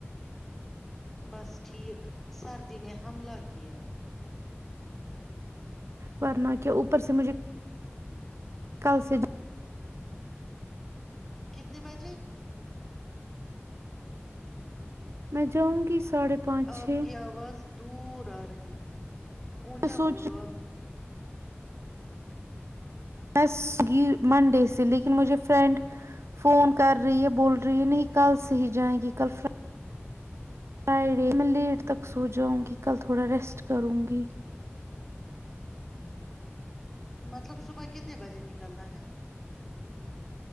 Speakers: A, in the centre; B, on the right.
A: بس ٹھیک سردی نے حملہ کیا
B: ورنہ کیا اوپر سے مجھے کل سے
A: کتنے بجے ہاں
B: میں جاؤں گی ساڑھے پانچ
A: آپ
B: چھ میں
A: کی آواز دور آ رہی اونچا
B: سوچ
A: بولو
B: رہی ہوں
A: آپ
B: بس منڈے سے لیکن مجھے فرینڈ فون کر رہی ہے بول رہی ہے نہیں کل سے ہی جائیں گی کل ف فرائیڈے میں لیٹ تک سو جاؤں گی کل تھوڑا ریسٹ کروں گی
A: مطلب صبح کتنے بجے نکلنا ہے